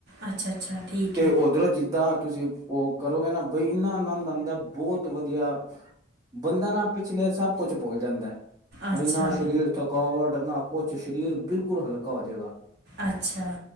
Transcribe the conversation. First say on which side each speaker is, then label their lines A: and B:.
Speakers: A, on the right; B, on the right.
A: ਅੱਛਾ ਅੱਛਾ ਠੀਕ
B: ਤੇ
A: ਹੈ
B: ਉਧਰੋਂ ਜਿੱਦਾਂ ਤੁਸੀਂ ਓ ਕਰੋਗੇ ਨਾ ਬੰਦਾ ਬਹੁਤ ਵਧੀਆ ਬੰਦਾ ਨਾ ਪਿਛਲੇ ਸਭ ਕੁਝ ਭੁੱਲ ਜਾਂਦੈ,
A: ਅੱਛਾ
B: ਮਹੀਨਾ ਸ਼ਰੀਰ ਥਕਾਵਟ ਨਾ ਕੁਝ ਸਰੀਰ ਬਿਲਕੁਲ ਹਲਕਾ ਹੋ ਜੇਗਾ।
A: ਅੱਛਾ।